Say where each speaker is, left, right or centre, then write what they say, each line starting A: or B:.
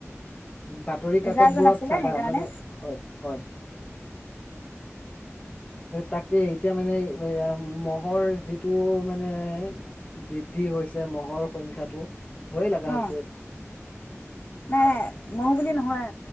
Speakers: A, on the left; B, on the left.
A: বাতৰি
B: ৰিচাৰ্জো
A: কাকত বোৰত
B: নাছিলে
A: চাবা।
B: সেইকাৰণে
A: মানে হয় হয়, তাকে এতিয়া মানে এ এয়া ম'হৰ যিটো মানে বৃদ্ধি হৈছে, ম'হৰ সংখ্যাটো ভয়ে লাগা
B: অ
A: হৈছে।
B: নাই নাই, মও বুলি নহয়